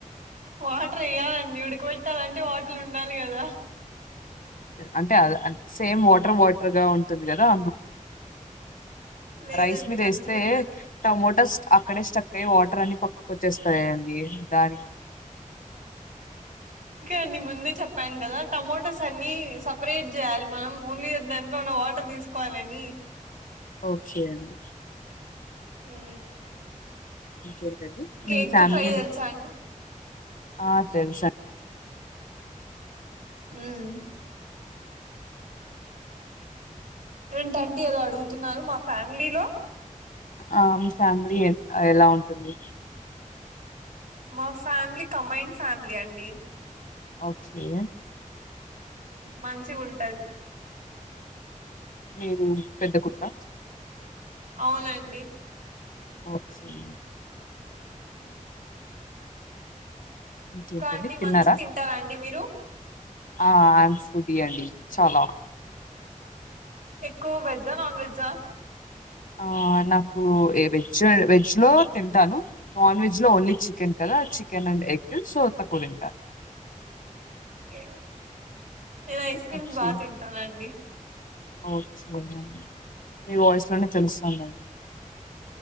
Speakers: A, on the right; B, on the left.
A: వాటర్ ఎయాలండి ఉడకబెట్టాలంటే వాటర్ ఉండాలి కదా
B: అంటే అ సేమ్ వాటర్ బాటర్గా ఉంటుంది కదా అందుకు
A: లేదండి
B: రైస్ మీదేస్తే
A: మంచిగా ఉంటది
B: టమోటాస్ ఆ అక్కడే స్టక్కయి వాటర్ అని పక్కకు వచ్చేస్తాయండి దాన్కి
A: అన్ని ముందే చెప్పాను కదా టమోటోస్ అన్ని సపరేట్ జెయాలి మనం ఓన్లీ దాంట్లో ఉన్న వాటర్ తీస్కోవాలని
B: ఓకే అండి
A: ఆ
B: ఇంకేంటండి మీ
A: ఎగ్
B: ఫ్యామిలీలు
A: ఫ్రై తెలుసా అండి
B: ఆ తెల్సు
A: హ్మ్ ఏంటండీ ఏదో అడుగుతున్నారు మా ఫ్యామిలీలో
B: ఆ మీ ఫ్యామిలీ ఎలా ఉంటుంది
A: మా ఫ్యామిలీ కమైన్డ్ ఫ్యామిలీ అండి
B: ఓకే
A: మంచిగుంటది
B: మీరు ఇంటి పెద్ద కూతురా
A: అవునండి
B: ఓకే
A: అ
B: ఇంకేంటండి
A: అండి
B: తిన్నారా
A: మంచిగా తింటారా అండి మీరు
B: ఆ ఐ ఆమ్ ఫుడ్డి అండి చాల
A: ఎక్కువ్ వెజ్జా నాన్వెజ్జా
B: ఆ నాకు వెజ్ వెజ్లో తింటాను నాన్వెజ్ లో ఓన్లీ చికెన్ క చికెన్ అండ్ ఎగ్ సో తక్కువ తింటను
A: ఏ నేనైఐస్క్రీమ్
B: ఓకే
A: బా తింటానండి
B: ఓకే అ మీ వాయిస్లోనే తెలుస్తుాందండి